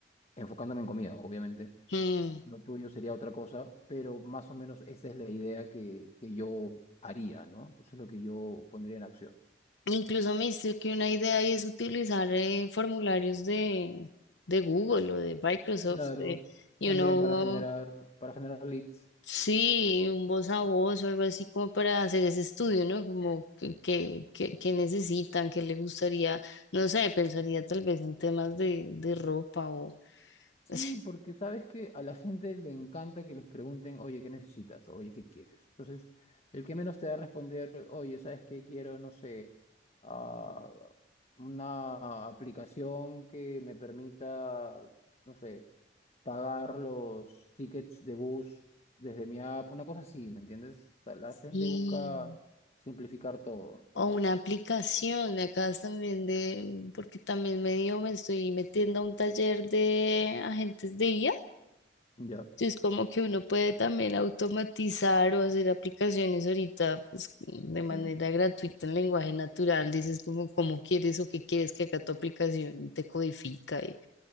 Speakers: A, on the left; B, on the left.
A: enfocándome en comida, obviamente.
B: Mm.
A: Lo tuyo sería otra cosa, pero más o menos esa es la idea que, que yo haría, ¿no? Eso es lo que yo pondría en acción.
B: Incluso me dice que una idea ahí es utilizar eh, formularios de, de Google o de Microsoft
A: Claro,
B: eh, y
A: también
B: uno,
A: para generar, para generar leads.
B: sí, un voz a voz o algo así como para hacer ese estudio, ¿no? Como que, que, que- que necesitan, que le gustaría, no sé, pensaría tal vez en temas de, de ropa o
A: Sí,
B: <laughs>
A: porque sabes que a la gente le encanta que les pregunten, oye, ¿qué necesitas? Oye, ¿qué quieres? Entonces, el que menos te va a responder, oye, ¿sabes qué quiero? No sé, ah, una aplicación que me permita, no sé. pagar los tickets de bus desde mi app, una cosa así, ¿me entiendes? O sea, la
B: sí,
A: gente busca simplificar todo, entonces,
B: o una aplicación, me acabas también de, porque también medio me estoy metiendo a un taller de agentes de IA
A: ya,
B: Sí, es como que uno puede también automatizar o hacer aplicaciones ahorita pues, de manera
A: sí,
B: gratuita en lenguaje natural. Dices como cómo quieres o qué quieres que haga tu aplicación y te codifica. y-